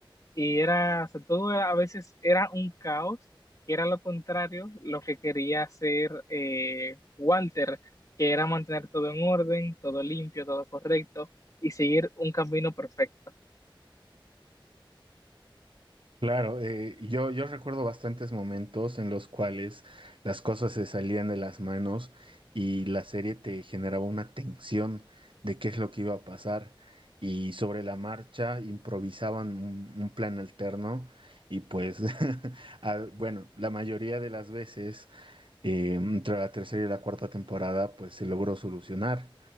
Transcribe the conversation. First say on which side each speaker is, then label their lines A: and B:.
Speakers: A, on the left (about 40°); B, on the right (about 70°).
A: y era, o sea, todo era- a veces era un caos, que era lo contrario, lo que quería hacer eh, Walter, que era mantener todo en orden, todo limpio, todo correcto y seguir un camino perfecto.
B: Claro, eh, yo, yo recuerdo bastantes momentos en los cuales las cosas se salían de las manos y la serie te generaba una tensión de qué es lo que iba a pasar y sobre la marcha improvisaban un, un plan alterno y pues, <laughs> ah, bueno, la mayoría de las veces eh, entre la tercera y la cuarta temporada pues se logró solucionar.